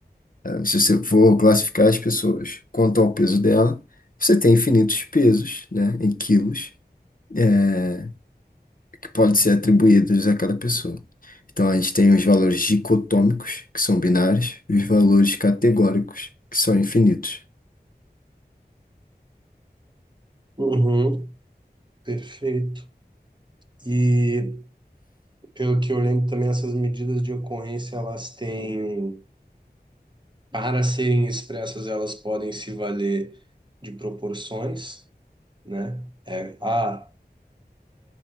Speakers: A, on the left (about 55°); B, on the right (about 25°).
A: Eh, Se você for classificar as pessoas quanto ao peso dela, você tem infinitos pesos, né, em quilos, eh, que podem ser atribuídos a cada pessoa. Então, a gente tem os valores dicotômicos, que são binários, e os valores categóricos, que são infinitos.
B: Uhum, perfeito. E pelo que eu lembro também, essas medidas de ocorrência, elas têm, para serem expressas, elas podem se valer de proporções, né? É, ah,